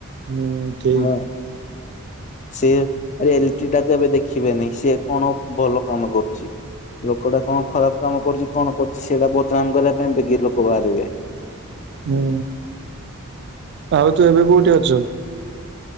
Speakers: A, on the right (about 50°); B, on the left (about 35°).
A: ହୁଁ ଠିକ
B: ମୁଁ ସେ ଏଲିଟି ଟା ତ ଏବେ ଦେଖିବେନି ସିଏ କଣ ଭଲ କାମ କରୁଛି, ଲୋକଟା କଣ ଖରାପ କାମ କରୁଛି କଣ କରୁଛି ସେଇଟା ବଦନାମ କରିବା ପାଇଁ ବେଗି ଲୋକ ବାହାରିବେ।
A: ହୁଁ। ଆଉ ତୁ ଏବେ କୋଉଠି ଅଛୁ?